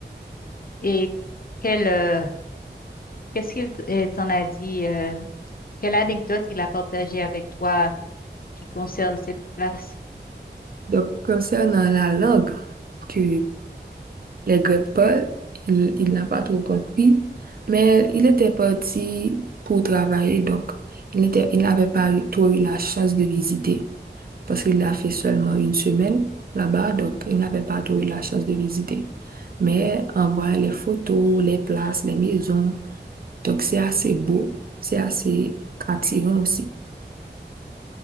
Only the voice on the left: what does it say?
Et quel, euh, qu'est-ce qu'il t- euh, t'en a dit? euh, quelle anecdote il a partagée avec toi qui concerne cette place?